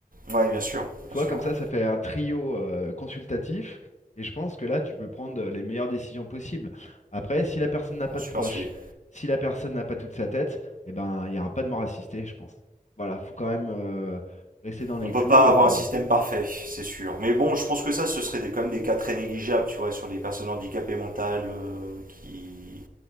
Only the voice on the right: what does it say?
Ouais, bien sûr,
bien
sûr,
ouais.
J'en suis
persuadé.
On peut
pas
avoir
un système parfait, c'est sûr. Mais bon, je pense que ça, ce serait des, quand même des cas très négligeables, tu vois, sur les personnes handicapées mentales euh, qui,